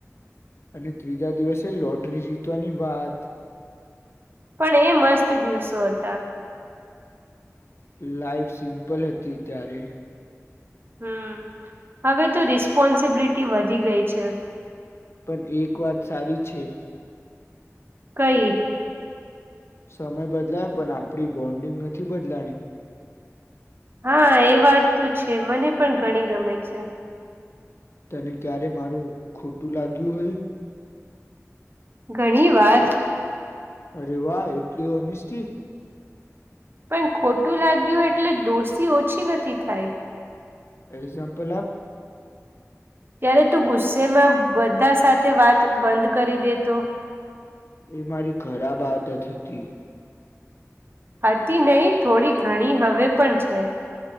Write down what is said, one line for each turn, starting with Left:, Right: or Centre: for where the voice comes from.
Left: અને ત્રીજા દિવસે લોટરી જીતવાની વાત
Right: પણ એ મસ્ત દિવસો હતા
Left: લાાઈફ સિમ્પલ હતી ત્યારે
Right: હમ હવે તો રિસ્પોન્સિબિલિટી વધી ગઈ છે.
Left: પણ એક વાત સારી છે
Right: કઈ
Left: સમય બદલાય પણ આપડી બોન્ડિંગ નથી બદલાણી.
Right: હા એ વાત તો છે મને પણ ઘણી ગમે છે
Left: તને ક્યારે મારું ખોટું લાગ્યું હોય
Right: ઘણી વાર
Left: અરે વાહ એટલી હોનસ્ટિ.
Right: પણ ખોટું લાગ્યું એટલે દોષી ઓછી નથી થાય
Left: એક્ઝામ્પલ આપ.
Right: ત્યારે તું ગુસ્સેમાં બધા સાથે વાત બંધ કરી દેતો.
Left: એ મારી ખરાબ આદત હતી
Right: હતી નહીં થોડી ઘણી હવે પણ છે